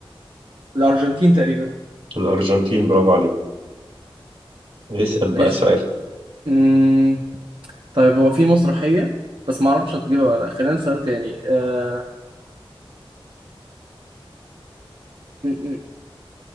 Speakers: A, on the right; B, on the right.
A: الارجنتين تقريبا
B: الأرجنتين برافو عليك اسأل بقى
A: ماشي
B: سؤال
A: مم. طيب هو في مسرحية بس ما اعرفش هتجيبها ولا لأ. خلينا سؤال تاني آه، م- م.